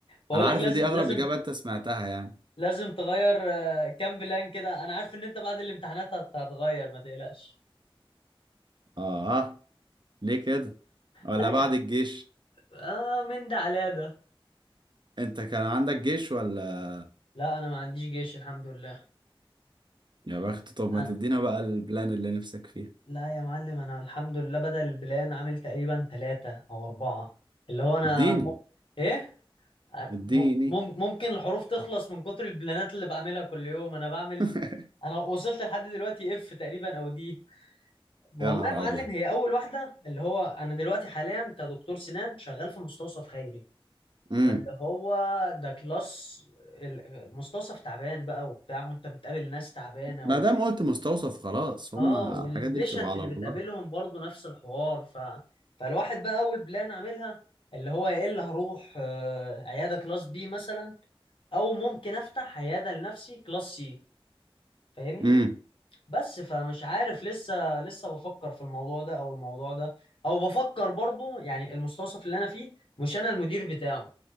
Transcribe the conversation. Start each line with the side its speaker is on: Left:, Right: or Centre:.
Left: بقول
Right: انا
Left: لك
Right: عارف
Left: لازم
Right: إن دي
Left: لازم
Right: اغرب اجابة انت سمعتها يعني
Left: لازم تغير آه، كام بلان كده انا عارف ان انت بعد الامتحانات هت- هتغير ما تقلقش
Right: اه ليه كده ولا
Left: لا
Right: بعد
Left: يا عم.
Right: الجيش
Left: اه من ده على ده
Right: انت كان عندك جيش ولا
Left: لا انا ما عنديش جيش الحمد لله
Right: يا بخت طب ما
Left: أنا-
Right: تدينا بقى البلان اللي نفسك فيها
Left: لا يا معلم انا الحمد لله بدل البلان عامل تقريبا ثلاثة او اربعة اللي هو انا
Right: اديني
Left: م... ايه
Right: اديني
Left: م... مم- ممكن الحروف تخلص من كتر البلانات اللي بعملها كل يوم انا بعمل
Right: <laughs>
Left: انا وصلت لحد دلوقتي اف تقريبا او دي والله
Right: يا نهار
Left: يا معلم
Right: ابيض
Left: هي اول واحدة اللي هو انا دلوقتي حاليا كدكتور سنان شغال في مستوصف خيري
Right: امم
Left: فاللي هو ده كلاس ال- مستوصف تعبان بقى وبتاع وانت بتقابل ناس تعبانة
Right: ما
Left: وال...
Right: دام قلت مستوصف خلاص هما
Left: اه والبيشنت
Right: الحاجات دي بتبقى على
Left: اللي
Right: الله
Left: بتقابلهم برضو نفس الحوار ف... فالواحد بقى اول بلان عاملها اللي هو يا الا هروح آه، عياده كلاس بي مثلا او ممكن افتح عياده لنفسي كلاس سي فاهمني
Right: امم
Left: بس فمش عارف لسه لسه بفكر في الموضوع ده او الموضوع ده او بفكر برضو يعني المستوصف اللي انا فيه مش انا المدير بتاعه